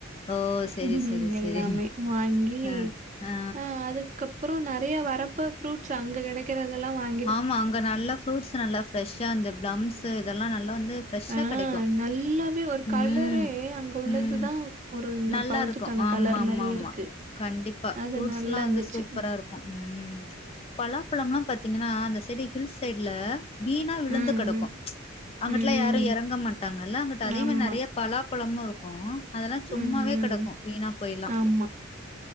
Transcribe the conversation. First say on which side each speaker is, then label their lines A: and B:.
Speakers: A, on the left (about 30°); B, on the right (about 35°).
A: ஓ செரி
B: ம்
A: செரி
B: எல்லாமே
A: செரி
B: வாங்கி
A: ஆ ஆ
B: அ அதுக்கப் அப்பறோ நெறைய வரப்ப ஃப்ரூட்ஸ் அங்க கிடைக்றதெல்லா வாங்
A: ஆமா அங்க நல்லா ஃப்ரூட்ஸ் நல்லா ஃப்ரெஷ்ஷா அந்த பிளம்ஸ்சு இதெல்லா நல்லா வந்து ஃப்ரெஷ்ஷா
B: ஆ
A: கிடைக்கும்
B: நல்லாவே ஒரு கலரே
A: ம்
B: அங்க உள்ளதுதான்
A: ம்
B: ஒரு இந்த
A: நல்லா
B: பழத்துக்கான
A: இருக் கு ஆமா
B: கலர்
A: ஆமா
B: மாதிரியே
A: ஆமா
B: இருக்கு
A: கண்டிப்பா
B: அது
A: ஃப்ரூட்ஸ்ல்லா
B: நல்லா இருந்துச்சு
A: வந்து சூப்பரா இருக்கூ ம் பலாப்பழம்லா பார்த்தீங்கன்னா அந்த செடி ஹில்ஸ் சைட்ல வீணா விழுந்து
B: ம்
A: கெடக்கு அங்கிட்லா
B: ம் ம்.
A: யாரு எறங்க மாட்டாங்கல்ல அங்குட்டு அதே
B: ஆமா
A: மாதிரி நெறையா பலாப்பழமு இருக்கு அதெல்லா சும்மாவே
B: ம் ம்
A: கெடக்கு வீணா போய் எல்லா
B: ஆமா